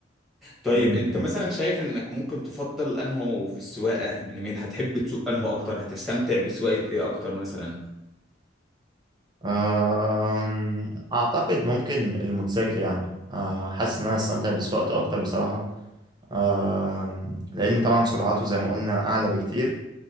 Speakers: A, in the centre; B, on the right.
A: طيب
B: مم،
A: انت
B: مم.
A: مثلا شايف انك ممكن تفضل انه في السواقه يعني مين هتحب تسوق انه اكتر هتستمتع بسواقه ايه اكتر مثلا
B: أم، اعتقد ممكن الموتوسيكل يعني أه، حاسس ان انا استمتع بسواقته اكتر بصراحة أم، لان طبعا سرعته زي ما قلنا اعلى بكتير